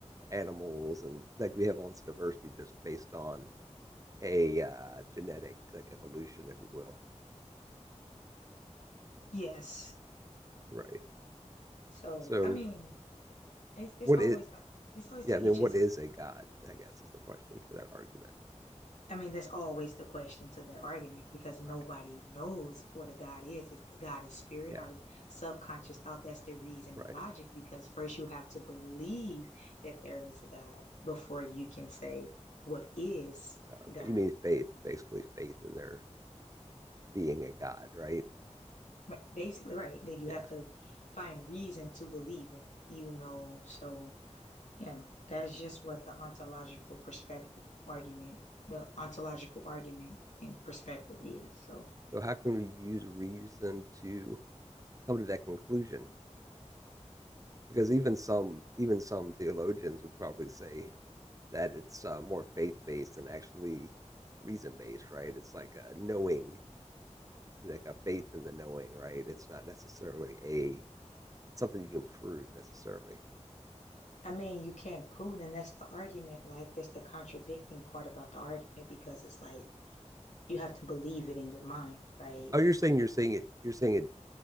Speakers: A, on the right; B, on the left.
A: animals and like we have all this diversity just based on a uh, genetic like evolution, if you will.
B: Yes.
A: Right.
B: So
A: So
B: I mean, it's it's
A: what
B: always
A: is,
B: like it's always
A: yeah,
B: to
A: I
B: each
A: mean, what
B: his own.
A: is a god? I guess is the question for that argument.
B: I mean, that's always the question to that argument because nobody
A: Right.
B: knows what a God is. Is God a spirit
A: Yeah.
B: or subconscious thought? That's the reason
A: Right.
B: and logic because first you have to believe that there is a God before you can say what is
A: Okay.
B: God.
A: You mean faith, basically faith in their being a god, right?
B: Right. Basically, right? That you
A: Yeah.
B: have to find reason to believe it. You know, so Yeah, that's just what the ontological perspective argument, the ontological argument and perspective is. So,
A: So how can we use reason to come to that conclusion? Because even some even some theologians would probably say that it's uh, more faith based than actually reason based, right? It's like a knowing, like a faith in the knowing, right? It's not necessarily a something you can prove necessarily.
B: I mean, you can't prove, it, and that's the argument. Like, that's the contradicting part about the argument because it's like you have to believe it in your mind, right?
A: Oh, you're saying you're saying it. You're saying it.